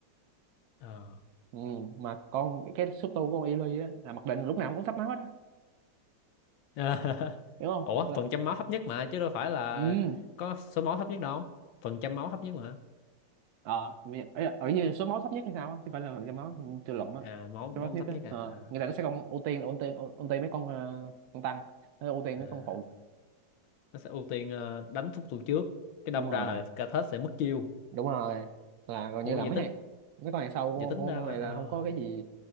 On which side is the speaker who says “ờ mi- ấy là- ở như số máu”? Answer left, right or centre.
Right